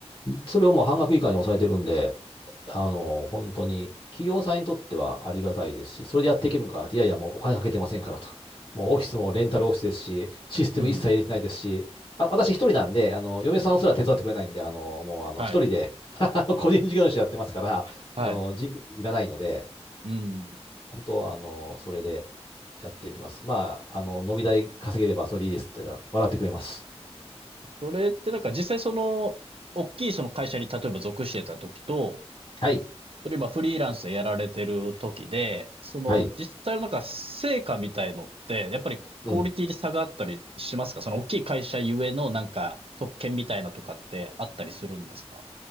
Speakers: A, on the left (about 40°); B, on the right (about 60°).
A: それをもう半額以下に抑えてるんで、あの、本当に、企業さんにとってはありがたいですし、それでやっていけるんかって、いやいや、もうお金かけてませんからと。もうオフィスもレンタルオフィスですし、システム一切入れてないですし、
B: うん。
A: あ、私一人なんで、あの、嫁さんすら手伝ってくれないんで、あの、もうあの、
B: はい。
A: 一人で <laughs> あの個人事業主やってますから、
B: はい。
A: あの、人件費いらないので、
B: うん。
A: 本当、あの、それでやっていきます。まあ、あの、飲み代稼げればそれでいいですって言ったら、笑ってくれます。
B: それってなんか実際その、大きいその会社に例えば属してた時と、
A: はい。
B: それ今フリーランスでやられてる時で、その実際のなんか成果みたいのって、
A: はい。
B: やっぱりクオリティに差があったりしますかその大きい会社ゆえのなんか特権みたいなとかってあったりするんですか
A: うん。